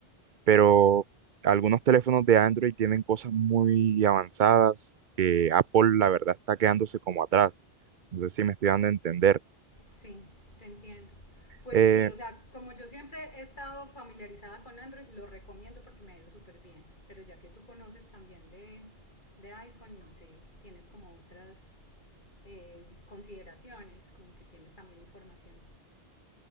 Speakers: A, on the right; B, on the left.
A: pero algunos teléfonos de Android tienen cosas muy avanzadas que Apple, la verdad, está quedándose como atrás. No sé si me estoy dando a entender.
B: Sí, te entiendo. Pues
A: Eh,
B: sí, o sea, como yo siempre he estado familiarizada con Android, lo recomiendo porque me ha ido súper bien. Pero ya que tú conoces también de, de iPhone, no sé, tienes como otras eh, consideraciones, como que tienes también información.